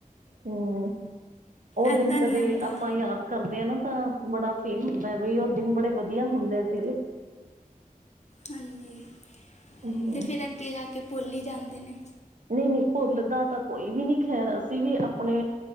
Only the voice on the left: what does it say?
ਐਦਾਂ
ਨਹੀਂ
ਆਉਂਦਾ
ਹਾਂਜੀ,
ਤੇ ਫਿਰ ਅੱਗੇ ਜਾ ਕੇ ਭੋਲ ਈ ਜਾਂਦੇ ਨੇ।